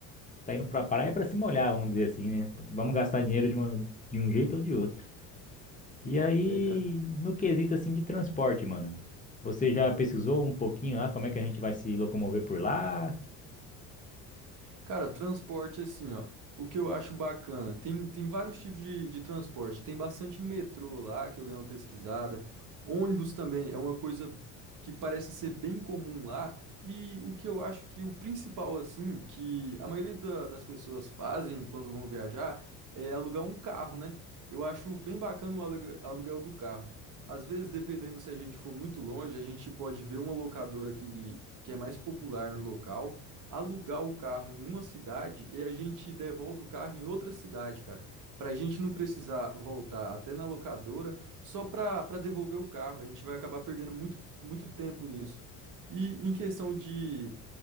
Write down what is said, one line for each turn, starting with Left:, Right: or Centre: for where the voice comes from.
Left: tá indo pra praia pra se molhar, vamos dizer assim, né? Vamos gastar dinheiro de, uma- de um jeito ou de outro. E aí,
Right: É, cara.
Left: no quesito assim de transporte, mano, você já pesquisou um pouquinho lá como é que a gente vai se locomover por lá?
Right: Cara, transporte assim, ó. O que eu acho bacana, tem, tem vários tipos de, de transporte. Tem bastante metrô lá, que eu dei uma pesquisada. Ônibus também é uma coisa que parece ser bem comum lá. E o que eu acho que o principal, assim, que a maioria da- das pessoas fazem quando vão viajar é alugar um carro, né? Eu acho bem bacana o aluga- aluguel do carro. Às vezes, dependendo se a gente for muito longe, a gente pode ver uma locadora que, que é mais popular no local alugar o carro em uma cidade e a gente devolve o carro em outra cidade, cara. Pra gente não precisar voltar até na locadora só pra, pra devolver o carro. A gente vai acabar perdendo muito, muito tempo nisso. E em questão de,